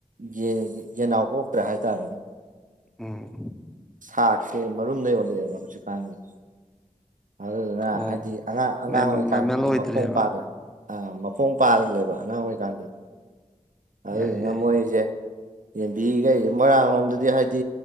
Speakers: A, on the right (about 75°); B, in the centre.
A: ꯌ‌ꯦꯟꯖ‌ꯦ ꯌꯦꯅꯥꯎ ꯀꯣꯛꯇ꯭ꯔꯦ ꯍꯥꯏꯇꯥꯔꯦꯅꯦ
B: ꯎꯝ
A: ꯁꯥꯛꯁꯦ ꯃꯔꯨꯝꯗꯩ ꯑꯣꯟꯂꯛꯑꯦꯕ ꯍꯧꯖꯤꯛ ꯀꯥꯟꯁ‌ꯦ ꯑꯗꯨꯗꯨꯅ
B: ꯑꯣ
A: ꯍꯥꯏꯗꯤ ꯑꯉꯥꯡ ꯑꯉꯥꯡ
B: ꯃꯦꯝ
A: ꯑꯣꯏꯔꯤꯀꯥꯟꯗꯗꯤ
B: ꯃꯦꯃꯦꯜ ꯑꯣꯏꯗ꯭ꯔꯦꯕ
A: ꯃꯈꯣꯡ ꯄꯥꯜꯂꯦ ꯑ ꯃꯈꯣꯡ ꯄꯥꯜꯂꯦꯕ ꯑꯉꯥꯡ ꯑꯣꯏꯩꯀꯥꯟꯗꯤ ꯑꯗꯨꯗꯨꯅꯥ
B: ꯌꯥꯏ ꯌꯥꯏ
A: ꯃꯣꯏꯖ‌ꯦ ꯌꯦꯟꯕꯤ ꯀꯩ ꯃꯣꯏꯔꯥꯡ ꯂꯣꯝꯗꯗꯤ ꯍꯥꯏꯗꯤ